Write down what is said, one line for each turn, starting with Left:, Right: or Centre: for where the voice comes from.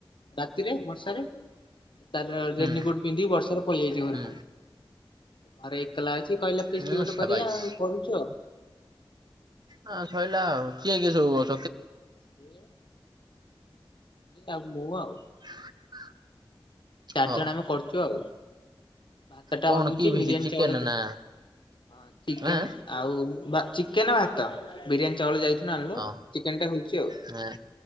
Left: ରାତିରେ <unintelligible> ତାର ରେନିକୋଟ
Right: ହୁଁ
Left: ପିନ୍ଧିକି ବର୍ଷାରେ ପଳିଆଇଚି ଘରକୁ।
Right: ହୁଁ
Left: ଆରେ ଏକଲା ଅଛି କହିଲା ଫିସ୍ଟି
Right: ହୁଁ
Left: ଗୋଟେ
Right: ସାବାଇସ୍
Left: କରିବା ଆଉ କରୁଛୁ ଆଉ।
Right: ହଁ ସଇଲା ଆଉ କିଏ କିଏ ସବୁ କରୁ
Left: ସିଏ ଆଉ ମୁଁ ଆଉ।
Right: <inaudible>
Left: ଚାରି
Right: ହଁ
Left: ଜଣ ଆମେ କରୁଛୁ ଆଉ। ଭାତ ଟା
Right: କଣ
Left: ହଉଚି
Right: କି ଭିଡି
Left: ବିରିୟାନୀ
Right: ଚିକେନ
Left: ଚାଉଳ ଅ
Right: ନା
Left: ଚିକେନ
Right: ଆଁ
Left: ଆଉ ଚିକେନ ଭାତ ବିରିୟାନୀ ଚାଉଳ ଯାଇଥୁନୁ ଆଣିଲୁ
Right: ହଁ
Left: ଚିକେନ ଟା ହଉଛି ଆଉ।
Right: ହଁ